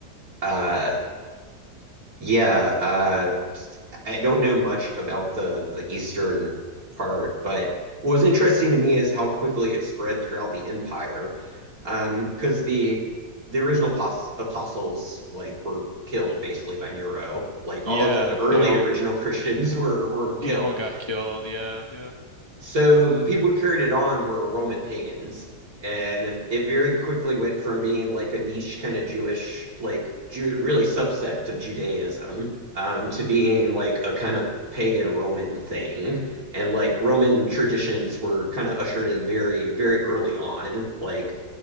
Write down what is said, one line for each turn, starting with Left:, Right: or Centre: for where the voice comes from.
Right: uh, yeah, uh, I don't know much about the the eastern part, but what was interesting to me is how quickly it spread throughout the empire. Um, because the the original pos apostles like were killed basically by Nero. Like
Left: Yeah,
Right: all the early
Left: they all
Right: original Christians <laughs> were were killed.
Left: They all got killed. Yeah, yeah.
Right: So the people who carried it on were Roman pagans, and it very quickly went from being like a niche kind of Jewish, like Jew, really subsect of Judaism, um, to being like a kind of pagan Roman thing. And like Roman traditions were kind of ushered in very, very early on, like